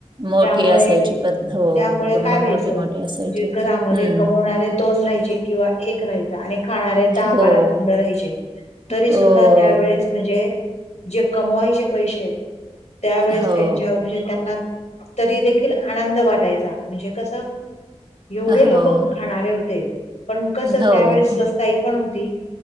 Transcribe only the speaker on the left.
त्यामुळे
त्यामुळे
काय व्हायचं
म्हणजे
घरामध्ये
कमवणारे दोन राहायचे किंवा एक राहायचा आणि खाणारे दहा
बारा तोंड राहायचे तरी
सुद्धा त्यावेेळेस म्हणजे जे कमवायचे पैसे त्यावेेळेस
त्यांच्या म्हणजे त्यांना तरी देखील आनंद वाटायचा म्हणजे कस एवढे
लोक खाणारे होते पण कस
त्यावेळे स्वस्त ताई पण होती